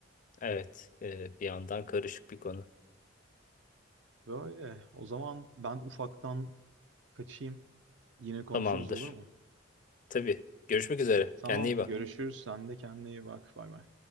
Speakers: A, on the left; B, on the right.
A: evet. Ee, bir yandan karışık bir konu.
B: Böyle. O zaman ben ufaktan kaçayım. Yine konuşuruz
A: Tamamdır.
B: olur mu?
A: Tabii. Görüşmek üzere.
B: Tamam,
A: Kendine iyi
B: Tamam.
A: bak.
B: görüşürüz. Sen de kendine iyi bak. Bay bay.